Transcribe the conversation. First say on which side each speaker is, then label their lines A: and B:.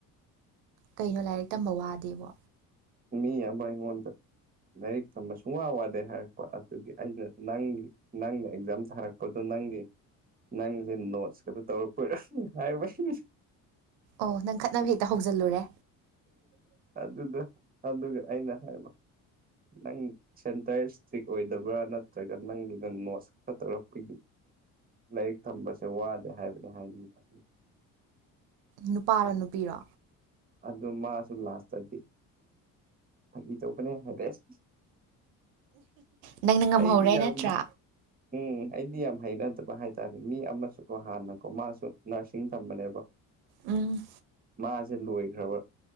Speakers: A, on the right; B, on the right.
A: ꯀꯩꯅꯣ ꯂꯥꯏꯔꯤꯛ ꯇꯝꯕ ꯋꯥꯗꯦꯕꯣ꯫
B: ꯃꯤ ꯑꯃ ꯑꯩꯉꯣꯟꯗ ꯂꯥꯏꯔꯤꯛ ꯇꯝꯕ ꯁꯨꯡꯋꯥ ꯋꯥꯗꯦ ꯍꯥꯏꯔꯛꯄ ꯑꯗꯨꯒꯤ ꯑꯩꯅ ꯅꯪ ꯅꯪꯅ ꯑꯦꯛꯖꯥꯝ ꯊꯥꯔꯛꯄꯗꯨ ꯅꯪꯒꯤ ꯅꯪꯁꯦ ꯅꯣꯠꯁ ꯈꯛꯇ ꯇꯧꯔꯛꯄꯩꯔꯥ ꯍꯥꯏꯕꯅꯤ
A: ꯑꯣ ꯅꯪ ꯈꯠꯅꯕ ꯍꯦꯛꯇ ꯍꯧꯖꯜꯂꯨꯔꯦ꯫
B: ꯑꯗꯨꯗ ꯑꯗꯨꯒ ꯑꯩꯅ ꯍꯥꯏꯕ ꯅꯪ ꯁꯦꯟꯇꯔ ꯏꯁꯇ꯭ꯔꯤꯛ ꯑꯣꯏꯗꯕ꯭ꯔꯥ ꯅꯠꯇ꯭ꯔꯒ ꯅꯪꯒꯤꯅ ꯅꯣꯠꯁ ꯈꯔ ꯇꯧꯔꯛꯄꯒꯤ꯫ ꯂꯥꯏꯔꯤꯛ ꯇꯝꯕꯁꯦ ꯋꯥꯗꯦ ꯍꯥꯏꯕꯗꯤ ꯍꯥꯏꯕꯅꯤꯗ
A: ꯅꯨꯄꯥꯔꯣ ꯅꯨꯄꯤꯔꯣ
B: ꯑꯗꯣ ꯃꯥꯁꯨ ꯂꯥꯁꯇꯗꯤ ꯐꯥꯒꯤ ꯇꯧꯕꯅꯦ ꯍꯥꯏꯔꯛꯑꯦ
A: ꯅꯪꯅ ꯉꯝꯍꯧꯔꯦ
B: ꯑꯩꯗꯤ ꯌꯥꯝ
A: ꯅꯠꯇ꯭ꯔꯥ
B: ꯎꯝ ꯑꯩꯗꯤ ꯌꯥꯝ ꯍꯩꯅꯗꯕ ꯍꯥꯏꯇꯥꯔꯦ ꯃꯤ ꯑꯃꯁꯨꯀꯣ ꯍꯥꯟꯅꯀꯣ ꯃꯥꯁꯨ ꯅꯔꯁꯤꯡ ꯇꯝꯕꯅꯦꯕ <inaudible>
A: ꯎꯝ
B: ꯃꯥꯁꯦ ꯂꯣꯏꯈ꯭ꯔꯕ